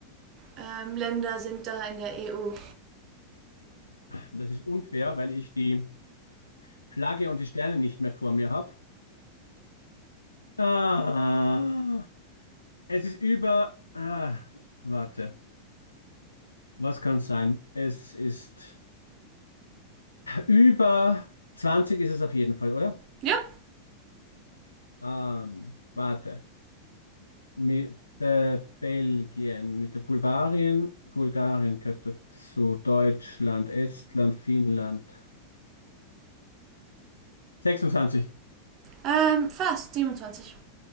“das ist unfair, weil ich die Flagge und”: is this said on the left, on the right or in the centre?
Left